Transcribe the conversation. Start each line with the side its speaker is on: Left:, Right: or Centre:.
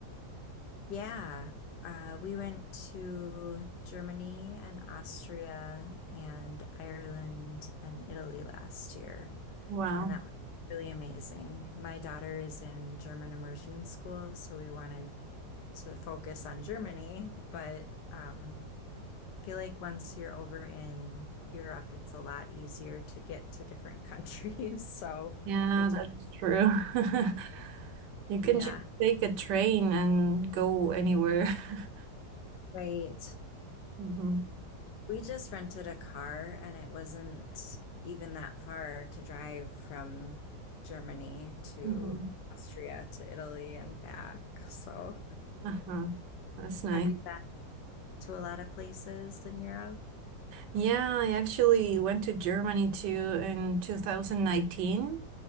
Left: Yeah. Uh, we went to Germany and Austria and Ireland and Italy last year,
Right: Wow.
Left: and that was really amazing. My daughter is in German immersion school, so we wanted to focus on Germany, but um, I feel like once you're over in Europe, it's a lot easier to get to different countries. <laughs> So
Right: Yeah,
Left: we took,
Right: that's true. <laughs> You can
Left: yeah,
Right: just take a train and go anywhere. <laughs>
Left: right.
Right: Mm-hmm.
Left: We just rented a car and it wasn't even that far to drive from Germany to
Right: hmm
Left: Austria to Italy and back. So
Right: Uh-huh. That's nice.
Left: have you been to a lot of places in Europe?
Right: Yeah, I actually went to Germany too in 2019.